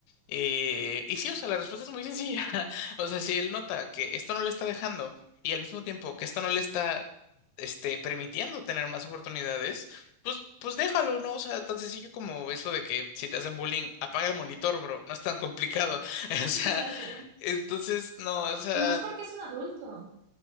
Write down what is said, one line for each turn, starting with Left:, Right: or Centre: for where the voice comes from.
Left: eh, y sí, o sea, la respuesta es muy sencilla. <laughs> O sea, si él nota que esto no le está dejando y al mismo tiempo que esto no le está, este, permitiendo tener más oportunidades, pues, pues déjalo, ¿no? O sea, tan sencillo como eso de que si te hacen bullying, apaga el monitor, bro. No es tan complicado. <laughs> O sea,
Right: Sí, salte.
Left: entonces, no, o sea,
Right: Y más porque es un adulto.